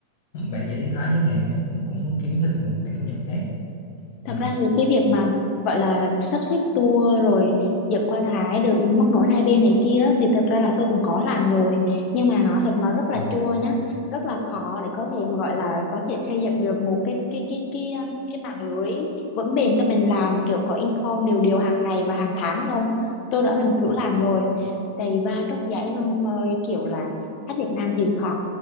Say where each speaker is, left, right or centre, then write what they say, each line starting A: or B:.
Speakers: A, on the left; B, on the left.
A: bạn đi dạy tiếng Thái chẳng hạn thì cũng, cũng kiếm thêm được một khoản thu nhập khác
B: Thật
A: ừ.
B: ra thì cái việc mà gọi là sắp xếp tour rồi dẫn qua Thái rồi móc nối hai bên này kia á, thì thật ra là tôi cũng có làm rồi nhưng mà nó thật nó rất là
A: Ừ.
B: chua nhá rất là khó để có thể mà gọi là có thể xây dựng được một cái cái cái cái um, cái mạng lưới vững bền cho mình làm kiểu có income đều đều hàng ngày và hàng tháng hay không tôi đã từng thử
A: Ừ.
B: làm rồi đầy va tróc giấy luôn ông ơi kiểu là khách Việt Nam thì khó